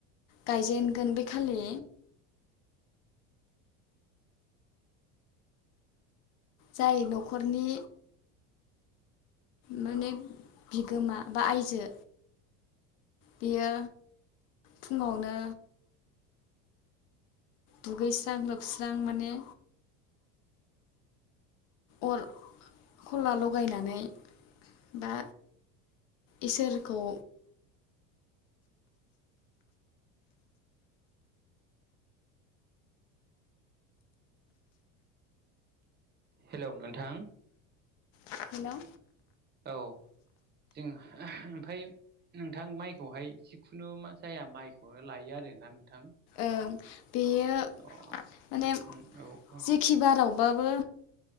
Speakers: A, on the left; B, on the right.
A: गायजेनगोन बे खालि जाय न'खरनि माने बिगोमा बा आयजो बेयो फुङावनो दुगैस्रां लोबस्रां माने आरो खला लगायनानै दा इसोरखौ
B: हेलौ नोंथां।
A: हेलौ
B: औ जों ओमफ्राय नोंथां माइखौहाय जिखुनु मा जाया माइखौनो लायो आरोना नोंथां।
A: ओ बेयो
B: अ
A: माने
B: उम औ औ
A: जेखि बारावबाबो